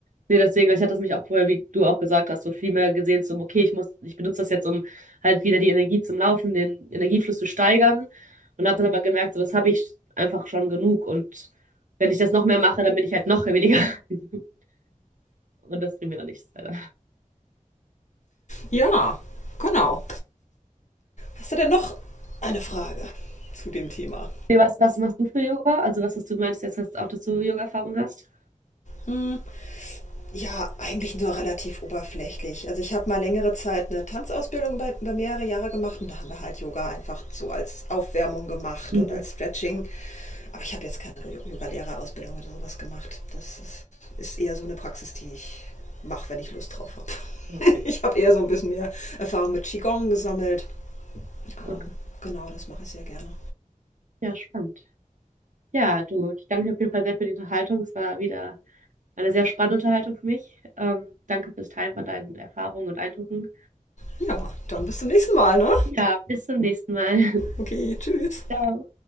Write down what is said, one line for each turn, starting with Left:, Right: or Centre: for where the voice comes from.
Right: Nee, deswegen, ich hatte das mich auch vorher, wie du auch gesagt hast, so viel mehr gesehen, so, okay, ich muss, ich benutze das jetzt, um halt wieder die Energie zum Laufen, den Energiefluss zu steigern. Und habe dann aber gemerkt, so, das habe ich einfach schon genug. Und wenn ich das noch mehr mache, dann bin ich halt noch williger. <laughs> Und das bringt mir dann nichts, leider.
Left: ja, genau. Hast du denn noch eine Frage zu dem Thema?
Right: Nee, was, was machst du für Yoga? Also was hast du meinst jetzt hast auch, dass du Yoga-Erfahrung hast?
Left: Mhm. Ja, eigentlich nur relativ oberflächlich. Also ich habe mal längere Zeit eine Tanzausbildung über, über mehrere Jahre gemacht und da haben wir halt Yoga einfach so als Aufwärmung gemacht
Right: Mhm.
Left: und als Stretching. Aber ich habe jetzt keine Yoga-Lehrerausbildung oder sowas gemacht. Das ist, ist eher so eine Praxis, die ich mache, wenn ich Lust drauf habe.
Right: Ja, Okay.
Left: <laughs> ich habe eher so ein bisschen mehr Erfahrung mit Qigong gesammelt. Ähm,
Right: Okay.
Left: genau, das mache ich sehr gerne.
Right: Ja, spannend. Ja, du, ich danke dir auf jeden Fall sehr für die Unterhaltung. Es war wieder eine sehr spannende Unterhaltung für mich. Ähm, danke fürs Teilen von deinen Erfahrungen und Eindrücken.
Left: Ja, dann bis zum nächsten Mal, ne?
Right: Ja, bis zum nächsten Mal. <laughs>
Left: Okay, tschüss.
Right: Ciao.